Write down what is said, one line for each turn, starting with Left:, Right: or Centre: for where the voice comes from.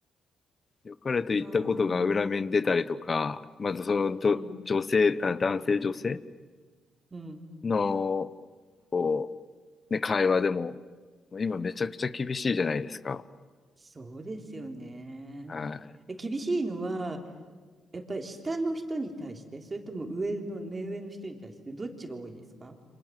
Left: 良かれと言ったことが裏目に出たりとか、
Right: ああ、
Left: まずそのど女性、
Right: うん、
Left: あ、男性女性
Right: うん。
Left: の、こう、ね、会話でも、今めちゃくちゃ厳しいじゃないですか。
Right: そうですよね。
Left: はい。
Right: え、厳しいのは、やっぱり下の人に対して、それとも上の、目上の人に対して、どっちが多いですか